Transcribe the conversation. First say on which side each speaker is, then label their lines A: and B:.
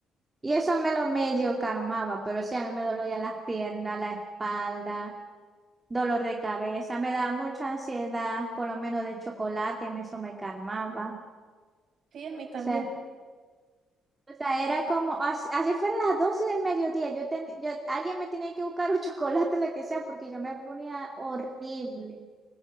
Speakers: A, on the right (about 20°); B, on the right (about 55°).
A: Y eso me lo medio calmaba, pero sí, a mí me dolía las piernas, la espalda, dolor de cabeza, me daba mucha ansiedad, por lo menos del chocolate, me- eso me calmaba.
B: Sí, a mí
A: O
B: también.
A: sea, o sea, era como, así, así fueron las 12 del mediodía, yo ten- yo, alguien me tenía que buscar un <laughs> chocolate, lo que sea, porque yo me ponía horrible.